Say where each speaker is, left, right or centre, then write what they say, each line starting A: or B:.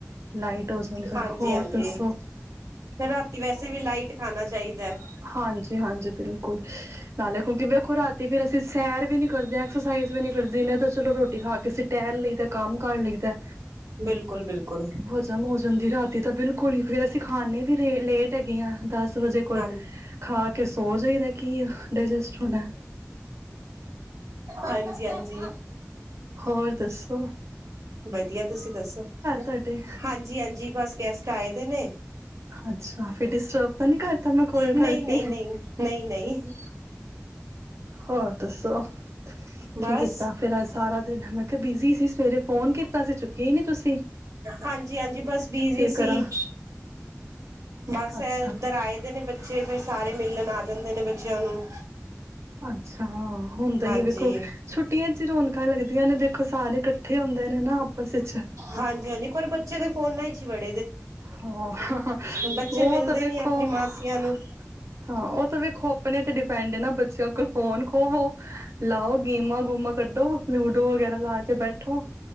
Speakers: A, on the right; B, on the right.
A: ਜਾਂਦਾ
B: ਹਾਂਜੀ
A: ਹੋਰ
B: ਹਾਂਜੀ
A: ਦੱਸੋ
B: ਰਾਤੀ ਵੈਸੇ ਵੀ ਲਾਈਟ ਖਾਣਾ ਚਾਹੀਦਾ ਹੈ
A: ਹਾਂਜੀ ਹਾਂਜੀ ਬਿਲਕੁਲ ਨਾਲੇ ਕਿਉਂਕਿ ਵੇਖੋ ਰਾਤੀ ਫਿਰ ਅਸੀਂ ਸੈਰ ਵੀ ਨੀ ਕਰਦੇ ਐਕਸਰਸਾਈਜ਼ ਵੀ ਨੀ ਕਰਦੇ ਇਹਨਾਂ ਤਾਂ ਚਲੋ ਰੋਟੀ ਖਾ ਕੇਸੀਂ ਟਹਿਰ ਲਈਦਾ ਕੰਮ ਕਾਰ ਲਈਖਦਾ।
B: ਬਿਲਕੁਲ ਬਿਲਕੁਲ।
A: ਹੋ ਜਾਂਦੀ ਰਾਤੀ ਤਾਂ ਬਿਲਕੁਲ ਹੀ ਫੇਰ ਅਸੀਂ ਖਾਨੇ ਵੀ ਰੇ ਲੇਟ ਹੈਗੀਆਂ ਦੱਸ ਵਜੇ ਕੋਲ
B: ਹਾਂ
A: ਖਾ ਕੇ ਸੋ ਜਾਈਦਾ। ਕਿ ਡਾਇਜੈਸਟ ਹੋਣਾ
B: ਹਾਂਜੀ ਹਾਂਜੀ।
A: ਹੋਰ ਦੱਸੋ ਓ
B: ਵਧੀਆ ਤੁਸੀਂ ਦੱਸੋ
A: ਤੁਹਾਡੇ
B: ਹਾਂਜੀ ਹਾਂਜੀ ਬਸ ਗੈਸਟ ਆਏ ਵੇ ਨੇ।
A: ਅੱਛਾ ਫਿਰ ਡਿਸਟਰਬ ਤਾਂ ਨੀ ਕਰਤਾ ਮੈਂ ਕੋਲ
B: ਨਹੀਂ
A: ਕਰਕੇ
B: ਨਹੀਂ ਨਹੀਂ ਨਹੀਂ ਨਹੀਂ
A: ਹੋਰ ਦੱਸੋ
B: ਬਸ
A: ਕੀ ਕੀਤਾ ਫੇਰ ਅੱਜ ਸਾਰਾ ਦਿਨ ਮੈਂ ਕਿਹਾ ਬਿਜੀੀ ਸੀ ਸਵੇਰੇ ਫੋਨ ਕੀਤਾ ਸੀ ਚੁਕਿਆ। ਗਏ ਨਹੀਂ ਤੁਸੀ
B: ਹਾਂਜੀ ਹਾਂਜੀ ਬਸ ਬਿਜੀ
A: ਕਰਾਂ
B: ਸੀ। ਬਸ
A: ਅੱਛਾ
B: ਇੱਧਰ ਆਏ ਦੇ ਨੇ ਬੱਚੇ ਫੇਰ ਸਾਰੇ ਮਿਲਣ ਆ ਜਾਂਦੇ ਨੇ। ਬੱਚਿਆਂ ਨੂੰ
A: ਅੱਛਾ। ਹੁੰਦਾ
B: ਹਾਂਜੀ
A: ਹੀ ਹੈ ਵੇਖੋ ਛੁੱਟੀਆਂ ਚ ਰੌਣਕਾਂ ਲੱਗਦੀ। ਆਂ ਨੇ ਦੇਖੋ ਸਾਰੇ ਇਕੱਠੇ ਹੁੰਦੇ ਨੇ ਨਾ ਆਪਸ ਵਿੱਚ
B: ਹਾਂਜੀ ਹਾਂਜੀ ਪਰ ਬੱਚੇ <inaudible>
A: ਹਾਂ
B: ਬੱਚੇ
A: ਉਹ
B: ਮਿਲਦੇ
A: ਤੇ ਵੇਖੋ
B: ਨੀ ਆਪਣੀ ਮਾਸੀਆਂ
A: ਹਾਂ
B: ਨੂੰ
A: ਉਹ ਤੇ ਵੇਖੋ ਆਪਣੇ ਤੇ ਡ ਪੈਂਦੇ ਨਾ ਬੱਚਿਆਂ ਕੋਲ ਫੋਨ ਖੋਵੋ ਲਾਓ ਗੇਮਾਂ ਗੂਮਾਂ ਕੱਢੋ ਲੂਡੋ ਵਗੈਰਾ ਲਾ ਕੇ ਬੈਠੋ